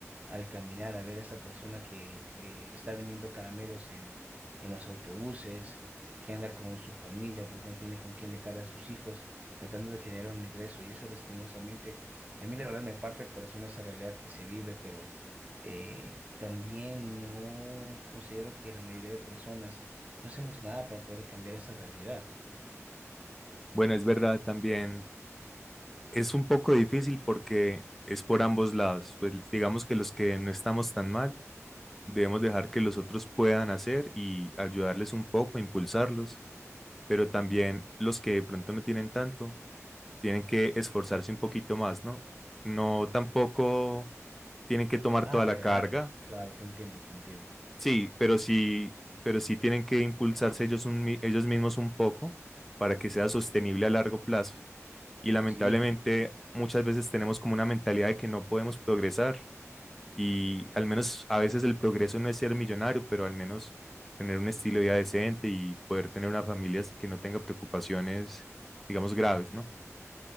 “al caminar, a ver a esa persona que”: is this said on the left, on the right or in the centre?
Right